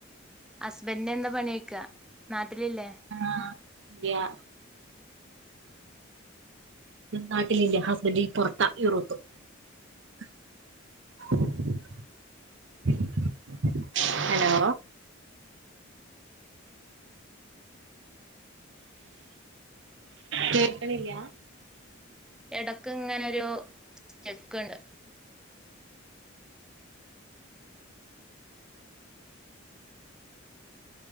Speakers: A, in the centre; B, on the right.
A: ഹസ്ബെൻ്റിനെന്താ പണ്യോയ്ക്കാ നാട്ടിലില്ലേ?
B: ആഹ് യാ നാട്ടിലില്ല ഹസ്ബൻ്റീ പൊറത്താ യൂറോപ്പ്. <inaudible> ഹലോ കേക്ക്ണില്ല്യാ?
A: എടക്ക്ങ്ങനൊരു സ്റ്റെക്ക്ണ്ട്.